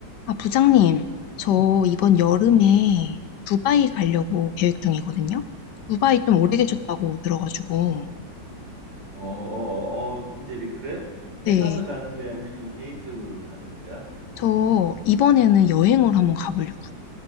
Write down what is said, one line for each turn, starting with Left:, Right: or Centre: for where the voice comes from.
Left: 아, 부장님, 저 이번 여름에 두바이 가려고 계획 중이거든요. 두바이 좀 오래 계셨다고 들어가지고.
Right: 어, 어, 어, 김대리, 그래?
Left: 네.
Right: 회사에서 가는 거야? 아니면 개인적으로 가는 거야?
Left: 저 이번에는 여행을 한번 가보려고요.